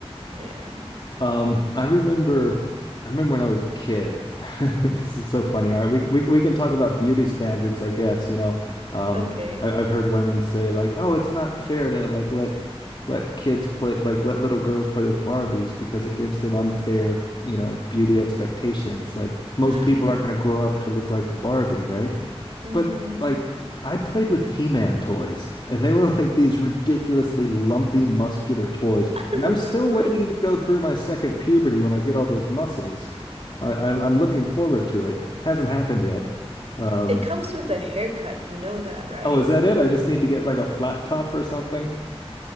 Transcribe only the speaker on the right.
Yeah.
Okay.
Right.
Mm-hmm.
<laughs> I remember.
It comes with a haircut, you know that, right?